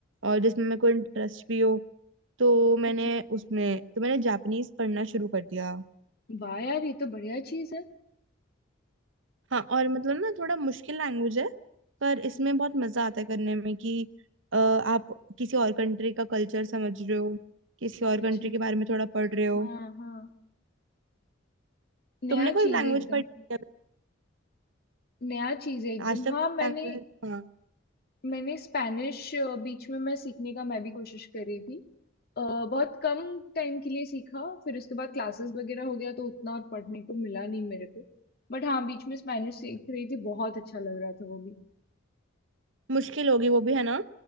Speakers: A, on the right (about 75°); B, on the left (about 50°).
A: और जिसमें मेरे को इंटरेस्ट भी हो तो मैंने
B: अच्छा
A: उसमें तो मैंने जापानीज पढ़ना शुरू कर दिया
B: वाह यार ये तो बढ़िया चीज है
A: हाँ और मतलब ना थोड़ा मुश्किल लैंग्वेज है पर
B: हम्म,
A: इसमें बहुत मजा आता है करने में कि अ, आप किसी और कंट्री का कल्चर समझ रहे हो किसी और
B: अच्छा
A: कंट्री के बारे में थोड़ा पढ़ रहे हो
B: हाँ हाँ नया
A: तुमने कोई
B: चीज
A: लैंग्वेज
B: है एकदम
A: पढ़ी है
B: नया चीज है एकदम
A: आज तक
B: हाँ मैंने
A: लैंग्वेज हाँ
B: मैंने स्पेनिश बीच में मैं सीखने का मैं भी कोशिश कर रही थी अ, बहुत कम टाइम के लिए सीखा फिर उसके बाद क्लासेस वगैरह हो गया तो उतना और पढ़ने को मिला नहीं मेरे को बट हाँ बीच में स्पेनिश सीख रही थी बहुत अच्छा लग रहा था वो भी
A: मुश्किल होगी वो भी है ना